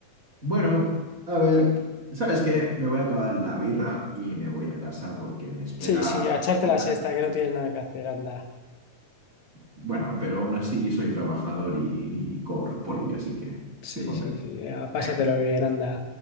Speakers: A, on the right; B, on the left.
A: Bueno, a ver, ¿sabes qué? Me voy a acabar la birra y me voy a casa porque me espera...
B: Sí, sí, a echarte
A: una-
B: la siesta, que no tienes nada que hacer, anda.
A: Bueno, pero aún así soy trabajador y, y cobro por ello, así que estoy
B: Sí,
A: contento.
B: sí, sí, a pásatelo
A: Venga,
B: bien, anda.